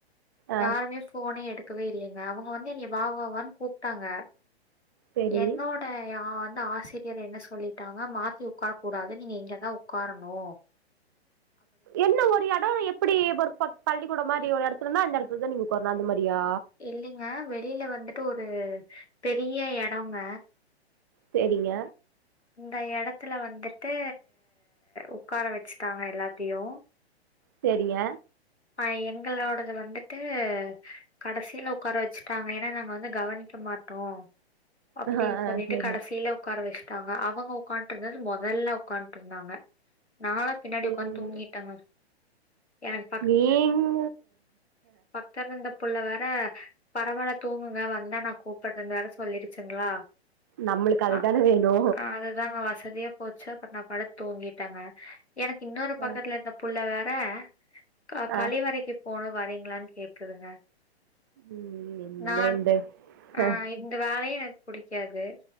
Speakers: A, on the right; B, on the left.
A: ஆ
B: யாருமே ஃபோனே எடுக் க்கவே இல்லைங்க அவுங்க வந்து என்னைய வா வா வான்னு கூப்பிட்டாங்க
A: செரி
B: என்னோட் ட யா வந்து ஆசிரியர் என்ன சொல்லிட்டாங்க மாத்தி ஒக்கார கூடாது நீங்க இங்கதா ஒட்காரணு
A: என்ன ஒரு இடம எப்டி ஒரு ப பள்ளிக்கூட மாரி ஒரு எடத்துலனா அந்த எடத்துலதா நீங்க ஒட்காரனு அந்த மாரியா
B: இல்லிங்க வெளில வந்துட்டு ஒரு பெரிய எடம்ங்க
A: சேரிங்க
B: இந்த எடத்துல வந்துட்டு உட்கார வச்சுட்டாங்க எல்லாத்தையு
A: சேரிங்க
B: அ எங்களோடது வந்துட்டு கடசில உட்கார வச்சுட்டாங்க ஏன்னா நாங்க வந்து கவனிக்க மாட்டோ அப்டின்
A: ஆ ஆ
B: சொல்லிட்டு
A: செரி
B: கடைசில உட்கார வச்சட்டாங்க அவுங்க உட்கான்ட்டு இருந்தது முதல்ல உட்கான்ட்டு இருந்தாங்க நாலா பின்னாடி
A: சேரி
B: உக்காந் தூங்கிட்டாங்க எனக்
A: நீங்க
B: தெர்ல இந்த புள்ள வேற பரவால்ல தூங்குங்க வந்தா நா கூப்பிட்றேனு வேற சொல்லிருச்சுங்ளா
A: நம்மளுக்கு அதுதானே
B: அ
A: வேணு
B: ஆ அதுதாங்க வசதியாப் போச்சு அப்புற நா படுத் தூங்கிட்டேங்க எனக்கு இன்னொரு பக்கத்துல
A: அ
B: இருந்த புள்ள வேற க கழிவறைக்கு
A: ஆ
B: போணு வரீங்களான் கேக்குதுங்க
A: ம் என்னங்க
B: நானு
A: இந்த
B: ஆ
A: அ
B: இந்த வேலையு எனக்கு புடிக்காது